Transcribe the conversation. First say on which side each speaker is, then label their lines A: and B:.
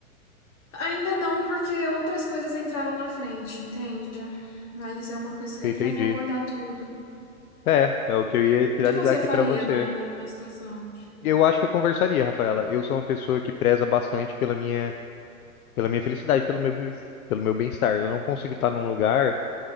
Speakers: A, on the left; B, on the left.
A: ainda não, porque outras coisas entraram na frente, entende? Mas é uma coisa que
B: Entendi.
A: eu já vou abordar tudo.
B: É, é o que eu ia finalizar
A: O que você
B: aqui
A: faria
B: pra você.
A: na, na minha situação?
B: Eu acho que eu conversaria, Rafaela. Eu sou uma pessoa que preza bastante pela minha, pela minha felicidade, pelo meu, bem- pelo meu bem-estar. Eu não consigo estar num lugar